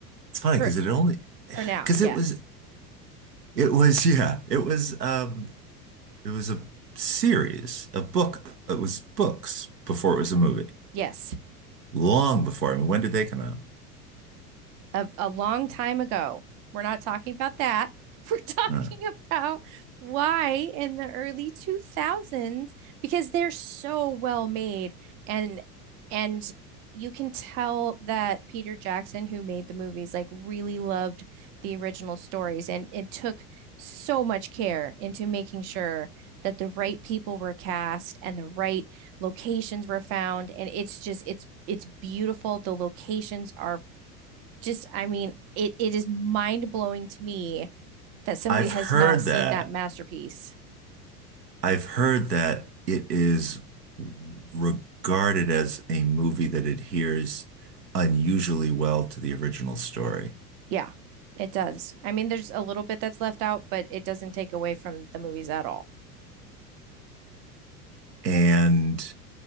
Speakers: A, on the right; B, on the right.
A: it's funny
B: For
A: because it only
B: for now,
A: because
B: yes.
A: it was it was <laughs> yeah it was um it was a series a book it was books before it was a movie
B: Yes.
A: long before I mean when did they come out?
B: a, a long time ago. We're not talking about that. <laughs> We're talking
A: I don't know.
B: about why in the early 2000s, because they're so well made and and you can tell that Peter Jackson, who made the movies, like really loved the original stories and and took so much care into making sure that the right people were cast and the right locations were found. And it's just it's it's beautiful. The locations are just I mean, it it is mind-blowing to me that somebody
A: I've
B: has
A: heard
B: not seen
A: that.
B: that masterpiece.
A: I've heard that it is regarded as a movie that adheres unusually well to the original story.
B: Yeah, it does. I mean, there's a little bit that's left out, but it doesn't take away from the movies at all.
A: And